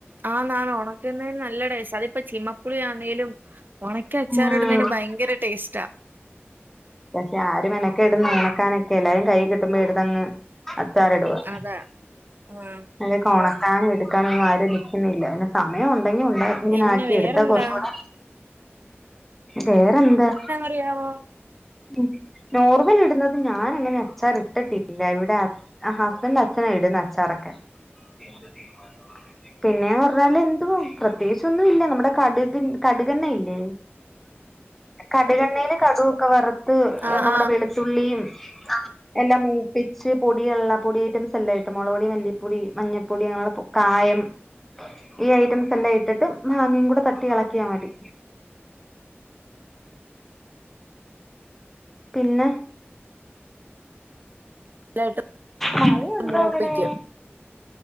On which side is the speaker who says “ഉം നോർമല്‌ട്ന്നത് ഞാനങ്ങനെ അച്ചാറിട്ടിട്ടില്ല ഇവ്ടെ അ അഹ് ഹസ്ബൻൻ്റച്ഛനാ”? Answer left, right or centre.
Centre